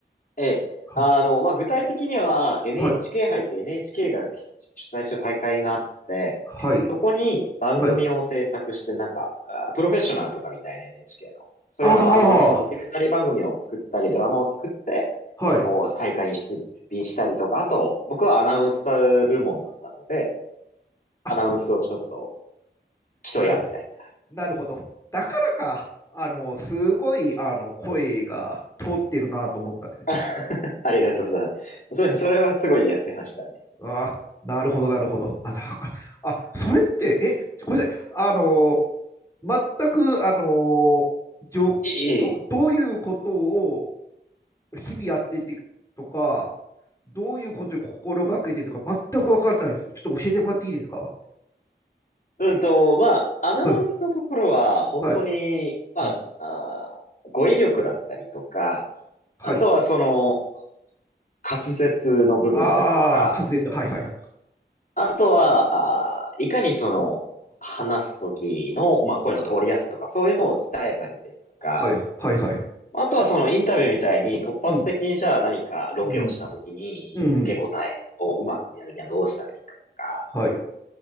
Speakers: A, on the left (about 50°); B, on the left (about 15°).
A: ええ。
B: は、
A: あの、まあ、具体的には NHK
B: はい、
A: 杯って NHK が主催した大会があって、
B: はい、
A: そこに番組を制作して、
B: はい。
A: なんか、あプロフェッショナルとかみたいな NHK の、そういうような番組を、
B: あ
A: ドキュメンタリー番組を作ったり、ドラマを作って、
B: あ、はい。
A: お大会に出品したりとか、あと、僕はアナウンス部門だったので、
B: あ、
A: アナウンスをちょっと競い合うみたい
B: なるほど、なるほど。だからか、あの、すごい、あの、声が通ってるなと思ったんですよ、
A: な。
B: 実は。
A: <laughs> ありがとうさん。それ、それはすごいやってましたね。
B: あ、あーなるほど、なるほど。あ、だから、あ、それって、え、ごめんなさい。あの全く、あのーじょど、
A: いい、いい。
B: どういうことを日々やっていてとか、どういうことを心がけているとか、全くわかんないです。ちょっと教えてもらっていいですか
A: うんと、まあ、アナウンスのところは、
B: はい、
A: 本当に、
B: はい、
A: まあ、
B: うん。
A: あー、語彙力だったりとか、
B: はい。
A: あとはその、滑舌の部分ですとか、
B: ああ、滑舌。はい、はい、はい。
A: あとは、あー、いかにその、話すときの、まあ、声の通りやすさとか、そういうのを鍛えたりですとか、
B: はい、はい、はいはい。
A: あとはそのインタビューみたいに突発的にじゃあ何かロケをしたときに受け答えをうまくやるにはどうしたらいいかとか、
B: うん。うん。うん。はい。